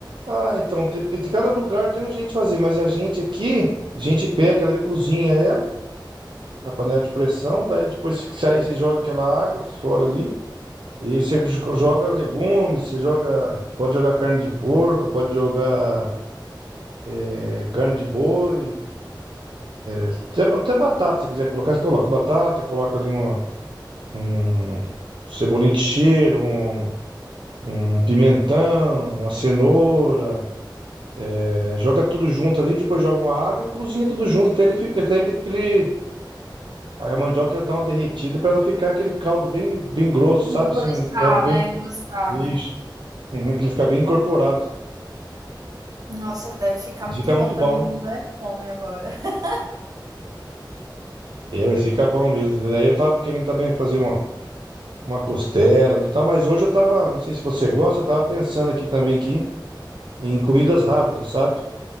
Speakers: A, on the right (about 75°); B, on the right (about 50°).
A: Ah, então, de, de cada lugar tem um jeito de fazer, mas a gente aqui, a gente pega ela e cozinha ela na panela de pressão, daí depois que sai, você joga aquela água fora ali, e você jo- joga legumes, você joga, pode jogar carne de porco, pode jogar é, carne de boi, até, até batata, se quiser colocar, você coloca batata, coloca ali uma, um cebolinho de cheiro, um um pimentão, uma cenoura, é, joga tudo junto ali, depois joga uma água e cozinha tudo junto até ele, fi- até ele, ele- a mandioca ela dá uma derretida para ela ficar aquele caldo bem, bem grosso,
B: Engrossar,
A: sabe? Assim, um caldo bem.
B: né, engrossar,
A: Isso.
B: né.
A: Uhum, que ele fica bem incorporado.
B: Nossa, deve ficar muito
A: Fica
B: bom,
A: muito
B: tá
A: bom,
B: me dando
A: hein?
B: é fome agora. <laughs>
A: É, mas fica bom mesmo. E Daí eu tava querendo também fazer uma, uma costela ali e tal, mas hoje eu tava, não sei se você gosta, eu tava pensando aqui também aqui em comidas rápidas, sabe?